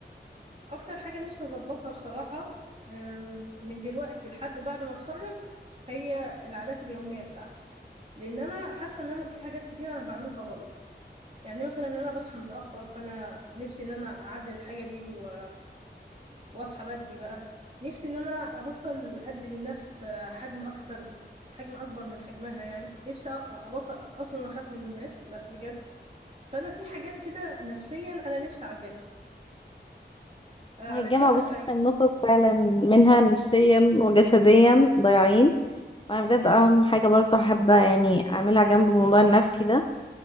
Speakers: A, on the right; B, on the left.
A: اكتر حاجة نفسي اظبطها بصراحة أم، من دلوقتي لحد بعد ما اتخرج هي العادات اليومية بتاعتي لان انا حاسة ان انا في حاجات كتير انا بعملها غلط يعني مثلا انا بصحى متاخر فانا نفسي ان انا اعدل الحاجه دي و... واصحى بدري بقى نفسي ان انا ابطل ادي للناس آه، حجم اكتر حجم اكبر من حجمها يعني نفسي أ- ابطل اصلا اخاف من الناس لا بجد فانا في حاجات كده نفسيا انا نفسي اعدلها آه، على
B: هي الجامعة
A: المدى
B: بصي
A: البعيد
B: إحنا بنخرج فعلا منها نفسيا وجسديا ضايعين وأنا بجد أهم حاجة برضو حابة يعني أعملها جنب الموضوع النفسي ده